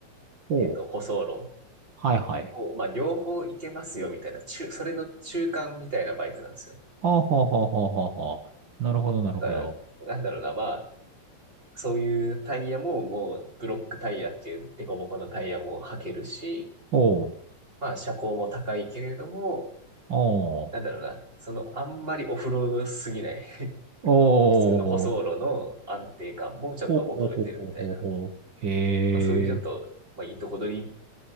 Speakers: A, on the right (about 50°); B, on the right (about 20°).
A: ほう。
B: えっと、舗装路。
A: はいはい。
B: もう、まあ、両方いけますよ、みたいな、中、それの中間みたいなバイクなんですよ。
A: あ、ほうほうほうほうほう。なるほど、なるほど。
B: だから、なんだろうな、まあ、そういうタイヤも、もう、ブロックタイヤっていうデコボコのタイヤも履けるし、
A: おう、
B: まあ、車高も高いけれども、
A: おう、
B: なんだろうな、その、あんまりオフロードすぎない <laughs>
A: おう、
B: 普通の舗装路の安定感もちょっと求めてるみたいな、
A: ほうほうほうほうほうほう。へえ。
B: まあ、そういうちょっと、まあ、いいとこ取り